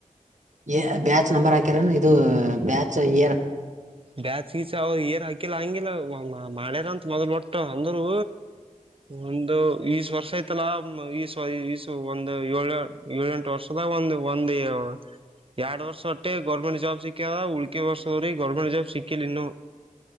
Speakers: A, on the right; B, on the right.
A: ಏ ಬ್ಯಾಚ್ ನಂಬರ್ ಹಾಕಿರೆನು ಇದು ಬ್ಯಾಚ್ ಇಯರ್.
B: ಬ್ಯಾಚ ಗೀಚ್ ಅವ ಏನ್ ಹಾಕಿಲ್ಲ ಹಂಗಿಲ್ಲ ಮಾಡ್ಯಾರಂತ ಮೊದ್ಲು ಒಟ್ಟ ಅಂದರು. ಒಂದು ಈಸ ವರ್ಷ ಐ್ತಲ್ಲ ಈ ಈಸ ಈಸು ಒಂದ್ ಯೋಳ್. ಏಳ ಎಂಟು ವರ್ಷದಾಗ್ ಒಂದು್ ಒಂದು. ಎರಡ್ ವರ್ಷ ಹೊಟ್ಟೆ ಗೌರ್ಮೆಂಟ್ ಜಾಬ್ ಸಿಕ್ಕದ ಉಳ್ಕೆ ವರ್ಷ ಇವ್ರ್ ಗೌರ್ಮೆಂಟ್ ಜಾಬ್ ಸಿಕ್ಕಿಲ್ಲ ಇನ್ನು.